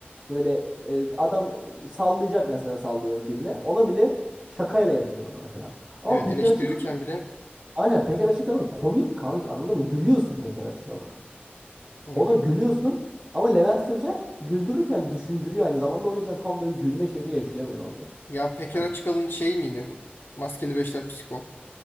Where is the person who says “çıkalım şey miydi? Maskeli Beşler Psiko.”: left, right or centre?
Left